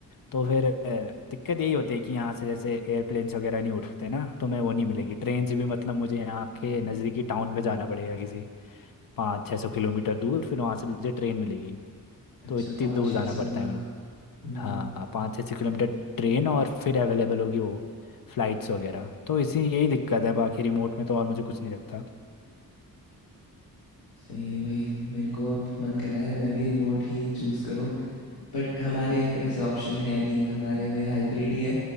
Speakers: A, on the left (about 70°); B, on the left (about 85°).
A: तो फिर अ, दिक्कत यही होती है कि यहाँ से जैसे एयरप्लेन्स वगैरह नहीं उठते ना तो मैं वो नहीं मिलेगी ट्रेन से भी मतलब मुझे यहाँ के नज़दीकी टाउन में जाना पड़ेगा किसी पाँच छः सौ किलोमीटर दूर फिर वहाँ से मुझे ट्रेन मिलेगी
B: अच्छा
A: तो इतनी
B: पाँच
A: दूर
B: छः
A: जाना
B: सौ
A: पड़ता
B: हुआ
A: है मेरे
B: हम्म,
A: हाँ पाँच से छः किलोमीटर ट्रेन और फिर अवेलेबल होगी वो फ्लाइट्स वगैरह तो इसी यही दिक्कत है बाकी रिमोट में तो और मुझे कुछ नहीं लगता <laughs>
B: सही है भाई मेरे को अब मन कर रहा है मैं भी रिमोट ही चूज़ करूँ बट हमारे वैसे ऑप्शन है नहीं हमारे में हाइब्रिड ही है